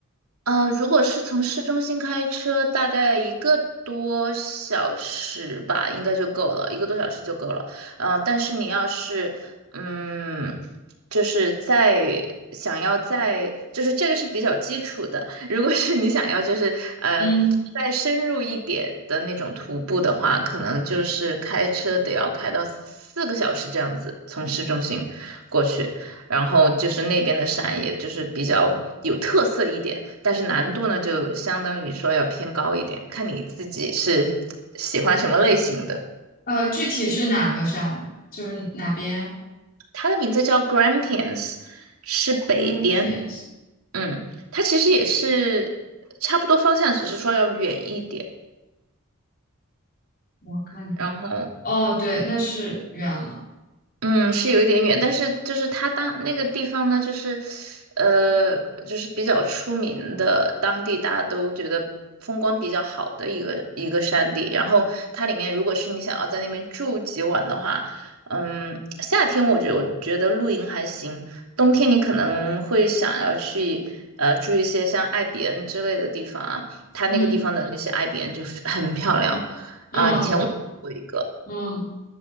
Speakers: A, on the right (about 80°); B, on the left (about 40°).
A: 呃，如果是从市中心开车，大概一个多小时吧，应该就够了，一个多小时就够了。呃，但是你要是，嗯，就是在想要在，就是这个是比较基础的。<laughs> 如果是你想要就是呃再深入一点的那种徒步的话，
B: 嗯，
A: 可能就是开车得要开到四个小时这样子，从市中心过去。然后就是那边的山，也就是比较有特色一点，但是难度呢，就相当于说要偏高一点，看你自己是喜欢什么类型的。
B: 呃，具体是哪个山？就是哪边
A: 它的名字叫 Grampians，是北边，
B: g r e e n p e a e
A: 嗯，它其实也是差不多方向，只是说要远一点。
B: 我看看。
A: 然后
B: 哦，对，那是远了。
A: 嗯，是有一点远，但是就是它当那个地方呢，就是，呃，就是比较出名的，当地大家都觉得风光比较好的一个一个山地。然后它里面，如果是你想要在那边住几晚的话，嗯，夏天我觉我觉得露营还行，冬天你可能会想要去呃住一些像艾比恩之类的地方啊，它那个地方的那些艾比恩就很漂亮啊，
B: 嗯嗯，
A: 以前我住过一个。
B: 我嗯，